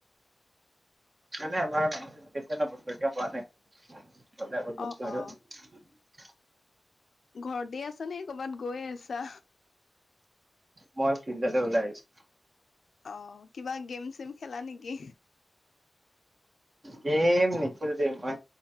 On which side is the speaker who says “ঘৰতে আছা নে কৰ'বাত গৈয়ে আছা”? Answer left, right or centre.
Left